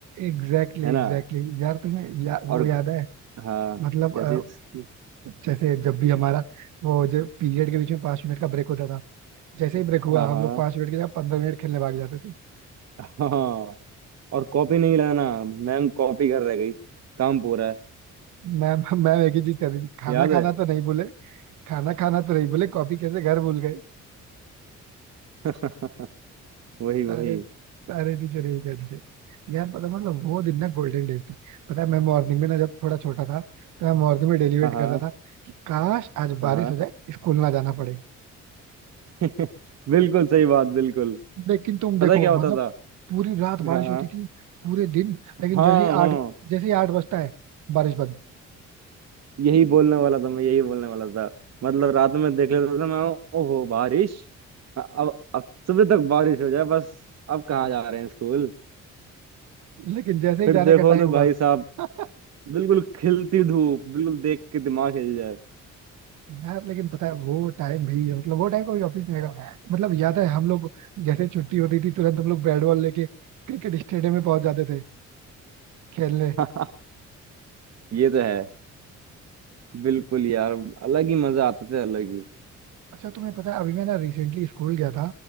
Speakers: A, on the right; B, on the right.
A: एग्जैक्टली
B: है ना
A: एग्जैक्टली यार तुम्हें या, वो
B: और
A: याद है
B: हाँ
A: मतलब
B: क्या
A: अ,
B: चीज
A: जैसे जब भी हमारा वो जो पीरियड के बीच में पांच मिनट का ब्रेक होता था जैसे ही ब्रेक हुआ
B: हाँ हाँ
A: हम लोग पांच मिनट के जगह पंद्रह मिनट खेलने भाग जाते
B: हाँ हाँ। और कॉपी नहीं लाना मैम कॉपी कर रह गई काम पूरा है
A: मैम मैम एक ही चीज कर रही थी खाना
B: याद है
A: खाना तो नहीं बोले खाना खाना तो नहीं बोले कॉफी कैसे घर भूल गए
B: <laughs> वही वही
A: सारे सारे टीचर यही कहते थे यार पता मतलब वो दिन ना गोल्डन डेज थे पता है मैं मॉर्निंग में ना जब थोड़ा छोटा था तो मैं मॉर्निंग में डेली वेट
B: हाँ हाँ
A: करता था कि काश आज
B: हाँ
A: बारिश
B: हाँ।
A: हो जाए स्कूल ना जाना पड़े
B: <laughs> बिल्कुल सही बात बिल्कुल
A: लेकिन तुम देखो
B: पता है क्या होता
A: मतलब
B: था
A: पूरी रात बारिश
B: हाँ
A: होती थी पूरे दिन
B: हाँ
A: लेकिन जैसे ही
B: हाँ
A: आठ जैसे ही आठ बजता है बारिश बंद
B: यही बोलने वाला था मैं यही बोलने वाला था मतलब रात में देख लेता था मैं ओहो बारिश अब अब सुबह तक बारिश हो जाए बस अब कहाँ जा रहे हैं स्कूल
A: लेकिन जैसे ही
B: फिर
A: जाने
B: देखो
A: का टाइम
B: तो
A: हुआ
B: भाई साहब
A: <laughs>
B: बिल्कुल खिलती धूप बिल्कुल देख के दिमाग हिल जाए
A: यार लेकिन पता है वो टाइम भी है मतलब वो टाइम कभी ऑफिस नहीं आएगा मतलब याद है हम लोग जैसे छुट्टी होती थी तुरंत हम लोग बैट बॉल लेके क्रिकेट स्टेडियम में पहुंच जाते थे खेलने
B: <laughs> ये तो है बिल्कुल यार अलग ही मजा आते थे अलग ही
A: अच्छा तुम्हें पता है अभी मैं ना रिसेंटली स्कूल गया था